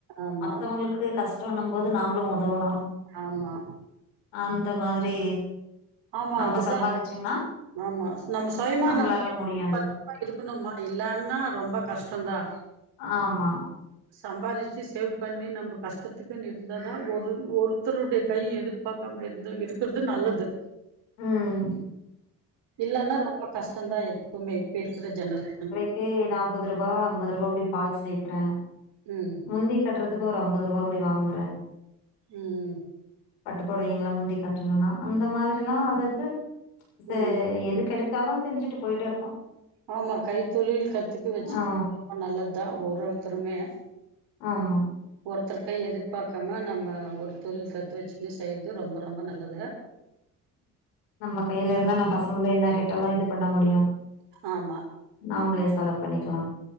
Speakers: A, on the right; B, on the left.
A: ஆமா
B: மத்தவங்களுக்கு கஷ்ட ண்ணும் போது நாமளும் உதவலாம்
A: ஆமா
B: அந்த மாதிரி
A: ஆமா
B: நம்ம
A: அதுதா
B: சம்பாதிச்சோம்னா
A: ஆமா நம்ம சுயமா
B: நம்மளால
A: நம்ம கிட்ட
B: முடியு அது
A: பண்ண இருக்கணும்மா இல்லன்னா ரொம்ப கஷ்டம்தா
B: ஆமா
A: <inaudible> சம்பாரிச்சு சேவ் பண்ணி நம்ம கஷ்டத்துக்குன்னு இருந்தா தான் ஒரு ஒருத்தருடைய கையும் எதிர்ப பாக்காம இரு இருக்கிறது நல்லது
B: உம்
A: இல்லன்னா ரொம்ப கஷ்டம்தா எப்பவுமே இப்டி இருக்கிற ஜெனரேஷன்ல
B: டே நாப்பது ரூபா அம்பது ரூபா அப்டி பால் சேக்குறே
A: உம்
B: முந்தி கட்டுறதுக்கு ஒரு ஐம்பது ரூபா அப்டி வாங்குறே
A: உம்
B: பட்டுப்புடுவங்களை முந்தி கட்டணும்னா அந்த மாரில்லாம் அதுக்கு ச
A: ம்
B: எது கெடைச்சாலும் செஞ்சுட்டு போயிட்டு இருக்கோம்
A: ஆமா கைத்தொழில் கத்துக்கு வச்சுக்க
B: ஆ
A: ரொம்ப நல்லது தான் ஒரு ஒருத்தருமே
B: ஆமா
A: ஒருத்தருக்க எதிர்பாக்காம நம்ம ஒரு தொழில் கத்து வச்சுன்னு செய்றது ரொம்ப ரொம்ப நல்லது
B: நம்ம கையில இருந்தா நம்ம பசங்க என்ன கேட்டாலும் இது பண்ண முடியு
A: ஆமா
B: நாமளே செலவு பண்ணிக்கலா